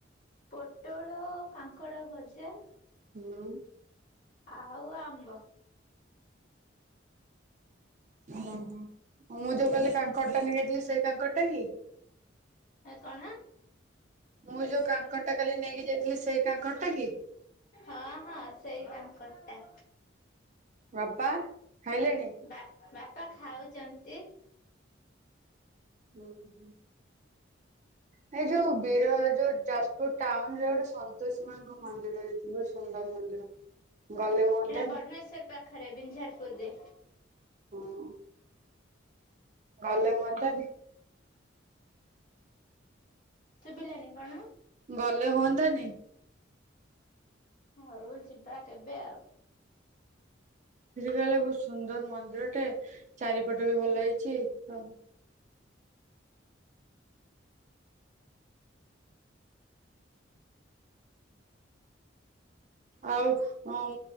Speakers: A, on the left; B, on the right.
A: ପୋଟଳ, କାଙ୍କଡ଼ ଭଜା,
B: ହୁଁ।
A: ଆଉ ଆମ୍ବ।
B: ଓହୋ। ମୁଁ ଯୋଉ କାଲି କାଙ୍କଡ଼ ଟା ନେଇଯାଇଥିଲି ସେଇ କାଙ୍କଡ଼ ଟା କି?
A: ଏ କଣ?
B: ମୁଁ ଯୋଉ କାଙ୍କଡ଼ ଟା କାଲି ନେଇକି ଯାଇଥିଲି ସେଇ କାଙ୍କଡ଼ ଟା କି?
A: ହଁ ହଁ ସେଇ ବାଙ୍କଟା।
B: ବାପା ଖାଇଲେଣିି?
A: ବା ବାପା ଖାଉଛନ୍ତି।
B: ହୁଁ ହୁଁ। ଏଇ ଯୋଉ ବିର ଯୋଉ ଯାଜପୁର ଟାଉନ୍ ରେ ଗୋଟେ ସନ୍ତୋଶୀ ମାଙ୍କ ମନ୍ଦିର ହେଇଥିବ ସୁନ୍ଦର ମନ୍ଦିର। ଗଲେ ହୁଅନ୍ତାନି
A: ସେଟା ବରୁଣେଶ୍ଵର ପାଖରେ ବିଞ୍ଜାରପୁରରେ।
B: ହୁଁ। <unintelligible>
A: ଶୁଭିଲାନି କଣ?
B: ଗଲେ ହୁଅନ୍ତାନି?
A: ଘରୁ ଯିବା କେବେ ଆଉ?
B: ସେଠି କାଳେ ବହୁତ ସୁନ୍ଦର ମନ୍ଦିରଟେ ଚାରିପଟ ବି ଭଲ ହେଇଛି ସବ ଆଉ ଅମ୍